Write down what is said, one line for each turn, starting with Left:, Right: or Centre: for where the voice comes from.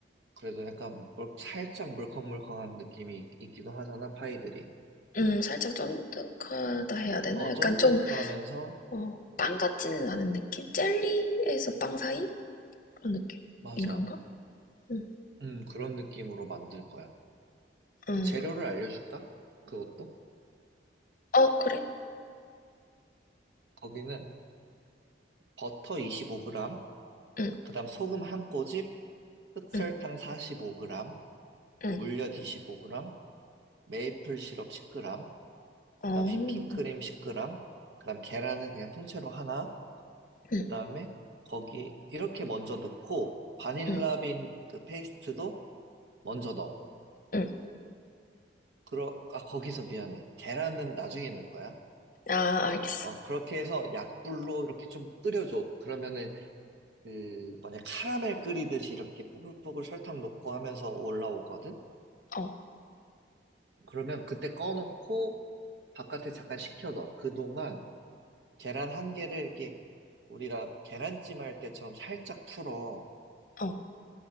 Right: 그래도 약간 물- 살짝 물컹물컹한 느낌이 있기도 하잖아, 파이들이.
Left: 음, 살짝 쫀득하다 해야 되나?
Right: 어,
Left: 약간
Right: 쫀득하면서
Left: 좀, 어, 빵 같지는 않은 느낌? 젤리에서 빵 사이? 그런 느낌인
Right: 맞아.
Left: 건가? 응,
Right: 음, 그런 느낌으로 만들 거야.
Left: 응.
Right: 그 재료를 알려줄까? 그것도?
Left: 어, 그래?
Right: 거기는 버터 25g,
Left: 응,
Right: 그다음 소금 한 꼬집, 흑설탕
Left: 응,
Right: 45g,
Left: 응.
Right: 물엿 25g, 메이플 시럽 10g,
Left: 어,
Right: 그다음 휘핑크림 10g, 그다음 계란은 그냥 통째로 하나,
Left: 응,
Right: 그다음에 거기 이렇게 먼저 넣고 바닐라빈
Left: 응,
Right: 그 페이스트도 먼저 넣어.
Left: 응.
Right: 그러 아 거기서 미안해. 계란은 나중에 넣을 거야.
Left: 아, 알겠어.
Right: 어 그렇게 해서 약불로 이렇게 좀 끓여줘. 그러면은 그 뭐냐 카라멜 끓이듯이 이렇게 뽀글뽀글 설탕 녹고 하면서 올라오거든.
Left: 어,
Right: 그러면 그때 꺼놓고 바깥에 잠깐 식혀둬. 그동안 계란 한 개를 이렇게 우리가 계란찜 할 때처럼 살짝 풀어.
Left: 어.